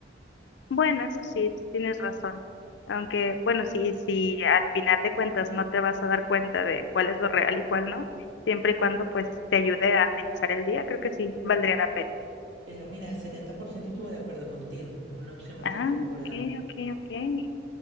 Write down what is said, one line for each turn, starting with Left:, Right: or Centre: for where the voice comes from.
Left: Bueno, eso sí, sí tienes razón. Aunque, bueno, sí, sí, al final de cuentas no te vas a dar cuenta de cuál es lo real y cuál no, siempre y cuando pues te ayude a amenizar el día, creo que sí valdría la pena.
Right: Pero mira, el 70% estuvo de acuerdo contigo. Es una opción bastante
Left: Ah,
Right: popular
Left: ok, ok, ok.